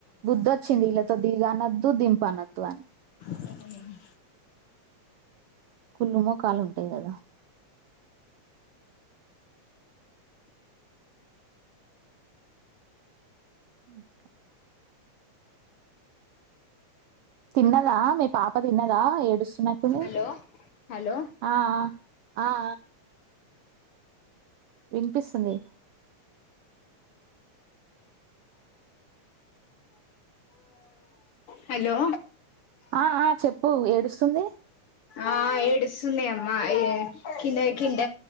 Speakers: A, on the right; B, on the left.
A: బుద్ధి వచ్చింది ఈళ్ తో దిగు అనొద్దు దింపు అనొద్దు అని
B: హ్మ్
A: కుళ్ళు మొఖాలు ఉంటాయి కదా ఓక <inaudible> తిన్నదా మీ పాప తిన్నదా ఏడుస్తున్న తనే
B: హలో హలో
A: ఆ ఆ ఆ వినిపిస్తుంది
B: హలో
A: ఆ ఆ చెప్పు ఏడుస్తుంది
B: ఆ ఏడుస్తుంది అమ్మాయి కింద కింద